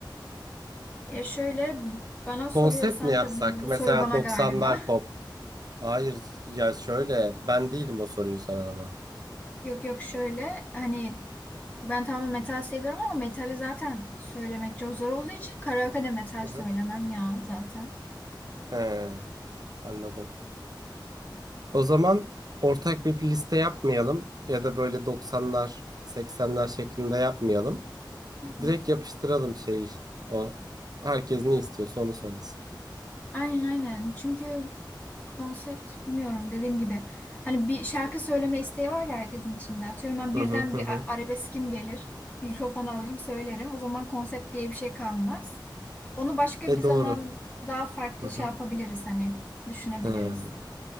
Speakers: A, on the left; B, on the right.
A: E, şöyle bana
B: Konsept
A: soruyorsan
B: mi yapsak?
A: tabii bu, bu bu
B: Mesela
A: soru bana
B: 90'lar
A: galiba.
B: pop. Hayır ya şöyle ben değilim o soruyu soran ama.
A: <laughs> Yok yok şöyle hani Ben tamam metal seviyorum ama metali zaten söylemek çok zor olduğu için karaoke'de metal
B: Hı
A: söylemem
B: hı.
A: ya zaten.
B: He, anladım. O zaman ortak bir liste yapmayalım ya da böyle doksanlar, seksenler şeklinde yapmayalım.
A: Hı hı.
B: Direkt yapıştıralım şey işte o. Herkes ne istiyorsa onu söylesin.
A: Aynen aynen. Çünkü konsept bilmiyorum dediğim gibi. Hani bir şarkı söyleme isteği var ya herkesin içinde. Atıyorum ben
B: Hı
A: birden
B: hı hı
A: bir
B: hı.
A: a- arabeskim gelir. Mikrofon alırım söylerim. O zaman konsept diye bir şey kalmaz. Onu başka
B: E
A: bir zaman
B: doğru.
A: daha farklı
B: Hı hı.
A: şey yapabiliriz hani düşünebiliriz.
B: He,